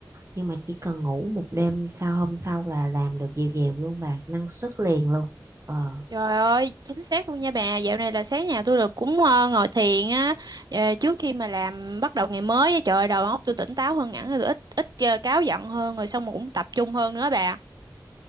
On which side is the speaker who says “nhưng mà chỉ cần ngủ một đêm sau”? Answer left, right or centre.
Right